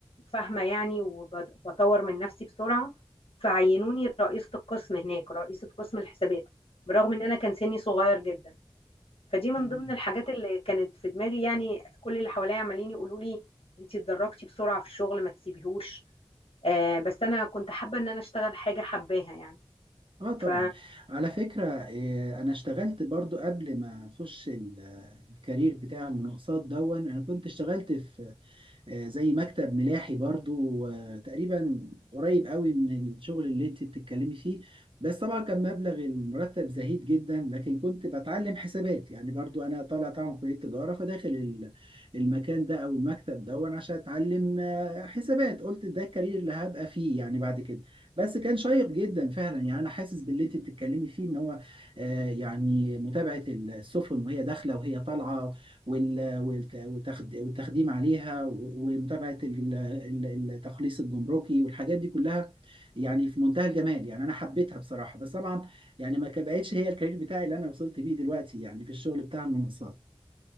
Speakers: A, on the left; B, on the right.
A: فاهمة يعني وبطور من نفسي بسرعة فعينوني رئيسة القسم هناك رئيسة قسم الحسابات برغم ان انا كان سني صغير جدا فدي من
B: تمام
A: ضمن الحاجات اللي كانت في دماغي يعني كل اللي حواليا عمالين يقولوا لي انت اتدرجتي بسرعه في الشغل ما تسيبيهوش آه بس انا كنت حابه ان انا اشتغل حاجه حباها يعني
B: اه طبعا
A: ف-
B: على فكرة آه، انا اشتغلت برضو قبل ما اخش ال- آه، الكارير بتاع المناقصات دون انا كنت اشتغلت في آه، زي مكتب ملاحي برضو آه، تقريبا قريب قوي من الشغل اللي انت بتتكلمي فيه بس طبعا كان مبلغ المرتب زهيد جدا لكن كنت بتعلم حسابات يعني برضو انا طالع طبعا من كلية تجارة فداخل ال- المكان ده او المكتب ده وانا عشان اتعلم آه، حسابات قلت ده الكارير اللي هبقى فيه يعني بعد كده بس كان شيق جدا فعلا يعني انا حاسس باللي انت بتتكلمي فيه ان هو آه، يعني متابعة السفن وهي داخلة وهي طالعة وال- والت- والتخد- والتخديم عليها و- ومتابعة ال- ال- التخليص الجمركي والحاجات دي كلها يعني في منتهى الجمال يعني أنا حبيتها بصراحة بس طبعا يعني ما بقتش هي الكارير بتاعي اللي أنا وصلت بيه دلوقتي يعني في الشغل بتاع المنصات